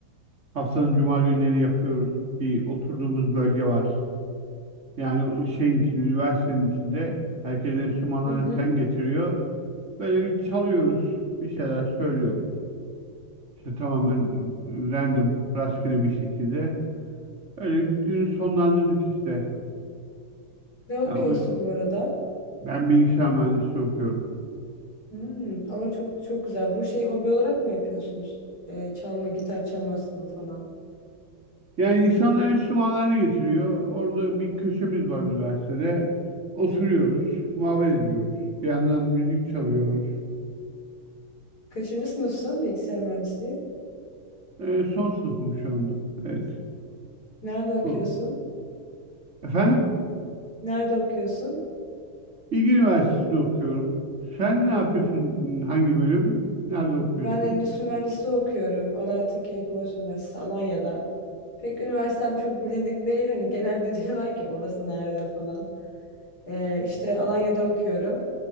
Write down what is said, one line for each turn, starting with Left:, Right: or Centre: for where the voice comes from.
Right: Haftanın cuma günleri yapıyoruz. Bir oturduğumuz bölge var. Yani o şeyin içinde, üniversitenin içinde herkes enstrümanlarını
Left: Hı hı.
Right: falan getiriyor. Böyle bir çalıyoruz. Bir şeyler söylüyoruz. İşte tamamen random, rastgele bir şekilde. Öyle günü sonlandırdık işte.
Left: Ne okuyorsun
Right: Yani o-
Left: bu arada?
Right: ben bilgisayar mühendisliği okuyorum.
Left: Hmm, ama çok çok güzel. Bu şeyi hobi olarak mı yapıyorsunuz? Ee, çalma, gitar çalmasını falan.
Right: Yani insanlar enstrümanlarını getiriyor. Orada bir köşemiz var üniversitede. Oturuyoruz, muhabbet ediyoruz. Bir yandan müzik çalıyoruz.
Left: Kaçıncı sınıfsın bilgisayar mühendisliği?
Right: Ee, son sınıfım şu anda. Evet.
Left: Nerede okuyorsun?
Right: Son. Efendim,
Left: Nerede okuyorsun?
Right: Bilgi Üniversitesi'nde okuyorum. Sen ne yapıyorsun?
Left: Hmm.
Right: Hangi bölüm? Nerede okuyorsun?
Left: Ben endüstri mühendisliği okuyorum. Alaaddin Keykubat Üniversitesi Alanya'da. Pek üniversitem çok bilindik değil. Hani genelde <laughs> diyorlar ki orası nerede falan. Ee, işte Alanya'da okuyorum.